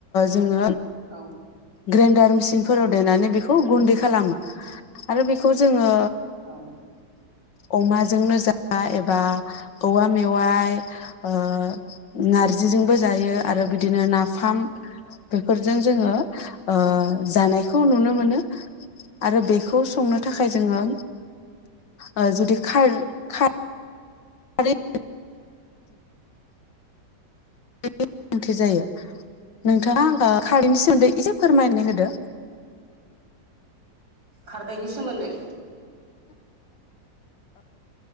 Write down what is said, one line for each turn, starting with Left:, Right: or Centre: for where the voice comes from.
Left: जोङो
Right: औ
Left: ग्रेन्दार मिसिन फोराव देनानै बेखौ गुन्दै खालामो आरो बेखौ जोङो
Right: औ
Left: ओ अमाजोंनो जा एबा औवा मेवाय ओ नारजिजोंबो जायो आरो बिदिनो ना फाम बेफोर जों जोङो ओ जानायखौ नुनो मोनो। आरो बेखौ संनो थाखाय जोङो ओ जुदि खार खार <unintelligible> गोनांथि जायो नोंथाङा ओ खारैनि सोमोन्दै एसे फोरमायनो हो हो
Right: खारदैनि सोमोन्दै